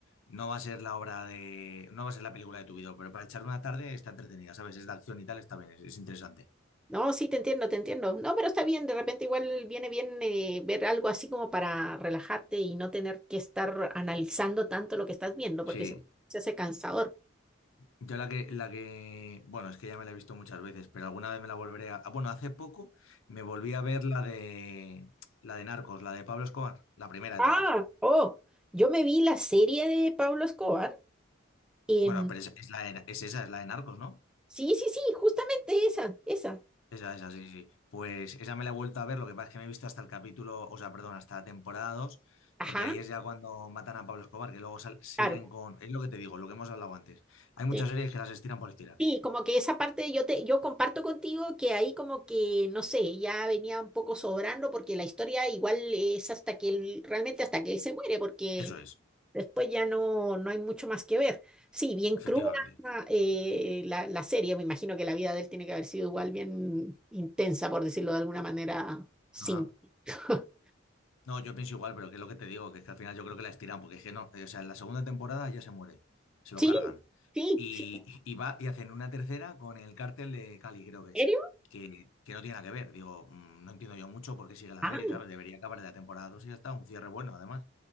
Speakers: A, on the left; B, in the centre.
A: no va a ser la obra de, no va a ser la película de tu vida, pero para echar una tarde está entretenida, ¿sabes? Es de acción y tal, está bien, es, es interesante.
B: No, sí, te entiendo, te entiendo. No, pero está bien, de repente igual viene bien eh, ver algo así como para relajarte y no tener que estar analizando tanto lo que estás viendo, porque
A: Sí.
B: si no, se hace cansador.
A: Yo la que, la que, bueno, es que ya me la he visto muchas veces, pero alguna vez me la volveré a, ah, bueno, hace poco me volví a ver la de, la de Narcos, la de Pablo Escobar, la primera de
B: Ah,
A: todas.
B: oh, yo me vi la serie de Pablo Escobar. em,
A: Bueno, pero es, es la de- es esa, es la de Narcos, ¿no?
B: sí, sí, sí, justamente esa, esa.
A: Esa, esa, sí, sí. Pues esa me la he vuelto a ver, lo que pasa es que me he visto hasta el capítulo, o sea, perdón, hasta la temporada 2,
B: Ajá,
A: porque ahí es ya cuando matan a Pablo Escobar, que luego sal- siguen
B: claro.
A: con... Es lo que te digo, lo que hemos hablado antes. Hay muchas
B: Sí,
A: series que las estiran por estirar.
B: sí, como que esa parte yo te, yo comparto contigo que ahí como que, no sé, ya venía un poco sobrando porque la historia igual es hasta que él, realmente hasta que él se muere, porque
A: Eso es,
B: después ya no, no hay mucho más que ver. Sí, bien
A: efectivamente.
B: cruda eh, la, la serie, me imagino que la vida de él tiene que haber sido igual bien intensa, por decirlo de alguna manera, sin.
A: Ajá.
B: <laughs>
A: No, yo pienso igual, pero que es lo que te digo, que es que al final yo creo que la estiran, porque es que no, eh, o sea, en la segunda temporada ya se muere, se lo
B: Sí,
A: cargan.
B: sí,
A: Y,
B: sí.
A: y va y hacen una tercera con el cártel de Cali, creo que es,
B: ¿En serio?
A: que, que no tiene nada que ver. Digo, mm, no entiendo yo mucho por qué sigue la
B: Ah,
A: serie, ¿sabes? Debería acabar la temporada 2 y ya está, un cierre bueno, además.